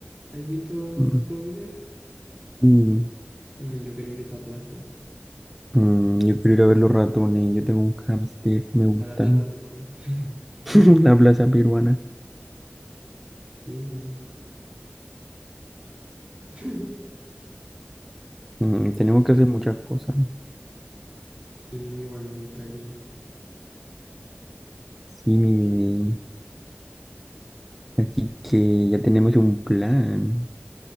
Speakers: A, on the right; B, in the centre.
A: ¿Has visto
B: Mm.
A: esos videos?
B: Y
A: Mm, yo quiero ir a esa plaza,
B: Mm, yo quiero ir a ver los ratones. Yo tengo un hámster, me gustan.
A: a la plaza peruana. <laughs>
B: <laughs> La plaza peruana.
A: Sí, <laughs>
B: Mm, tenemos que hacer muchas cosas.
A: sí, a mí igual me gustaría.
B: Sí, mi bebé. Así que ya tenemos un plan.